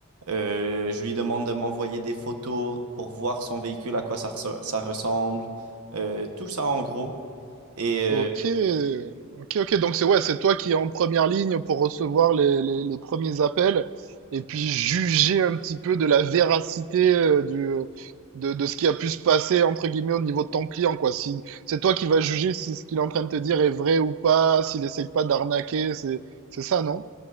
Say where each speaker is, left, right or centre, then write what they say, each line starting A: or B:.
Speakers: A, on the right (about 85°); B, on the right (about 65°).
A: Euh, je lui demande de m'envoyer des photos pour voir son véhicule, à quoi ça, reso- ça ressemble. Euh, tout ça en gros. Et euh,
B: Ok, ok, ok. Donc c'est ouais, c'est toi qui es en première ligne pour recevoir les, les, les premiers appels et puis juger un petit peu de la véracité euh, du, de, de ce qui a pu se passer entre guillemets au niveau de ton client quoi. Si c'est toi qui vas juger si ce qu'il est en train de te dire est vrai ou pas, s'il essaye pas d'arnaquer, c'est c'est ça, non?